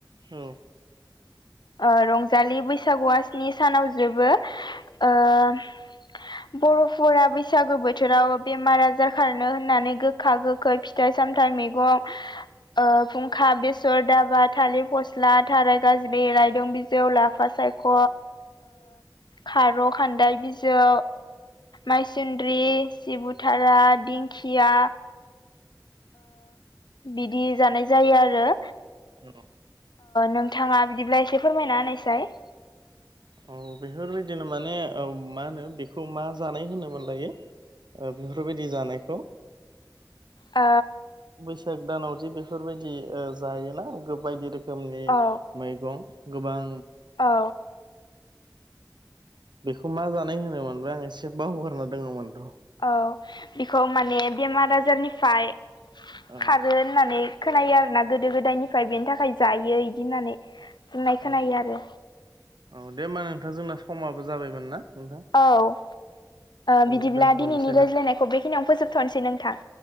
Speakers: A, on the right (about 85°); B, on the left (about 80°).
A: औ।
B: ओ रंजालि बैसागुआ स्नि सानाव जोबो ओ <inaudible> बर'फोरा बैसागो बोथोराव बेमार-आजार खारनो होननानै गोखा-गोख खै फिथाइ-सामथाइ मैगं खुंखा बेसर दाबा थालिर फस्ला थाराय गाज्लि रायदों बिजौ लाफा सायख खार' खान्दाय बिजौ माइसुन्द्रि <unintelligible> सिबुथारा दिंखिया बिदि जानाय जायो आरो
A: औ
B: नोंथाङा बिदिब्ला एसे फोरमायना होनायसाय
A: औ बेफोरबायदिनो माने मा होनो बेखौ मा जानाय होनोमोन लायो बेफोरबायदि जानायखौ
B: ओ
A: बैसाग दानावदि बेफोरबायदि जायोना बायदि रोखोमनि
B: औ
A: मैगं गोबां
B: औ
A: बेखौ मा जानाय होनोमोनबा आं एसे बावहगारना दङमोन र'
B: औ बेखौ माने बेमार आजारनिफ्राय
A: औ
B: खारो होननानै खोनायो आरो ना गोदो गोदायनिफ्राय बेनि थाखाय जायो बिदि होननानै होननाय
A: औ
B: खोनायो आरो
A: औ दे होमबा नोंथां जोंना समाबो जाबायमोन ना नोंथां
B: औ
A: अब्ला
B: बिदिब्ला
A: दोनथ'नोसै
B: दिनैनि रायज्लायनायखौ
A: ना
B: बेखिनियावनो फोजोबथ'नोसै नोंथां